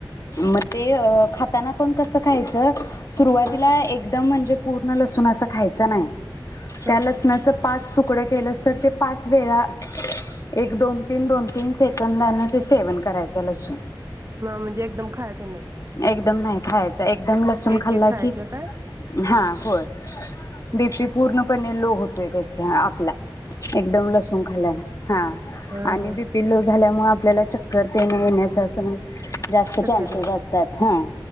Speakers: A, on the left; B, on the right.
A: मग ते अ खात त्यांना पण कसं खायचं सुरुवातीला
B: हम्म
A: एकदम म्हणजे पूर्ण लसूण असा खायचा नाही.
B: ह
A: त्या लसणाच पाच तुकडं केलं तर ते पाच वेळा एक दोन तीन दोन तीन सेंकंदान ते सेवन करायच लसूण,
B: ह म्हणजे एकदम खायच्या नाहीत
A: एकदम नाही. खायाचं एकदम लसूण
B: एक
A: खाल्ला
B: एक खायच्या
A: की
B: काय
A: हा होय बी पी पूर्ण पणे लो होतोय त्याचा आप <unintelligible> एकदम लसूण खाल्ला नाही हा
B: हा
A: आणि
B: हा
A: बी पिल्लो झाल्यामुळे आपल्याला चक्कर ते न येण्याचं असं म्हणजे जास्त
B: शक्यता
A: चान्सेस
B: असते
A: असतात हा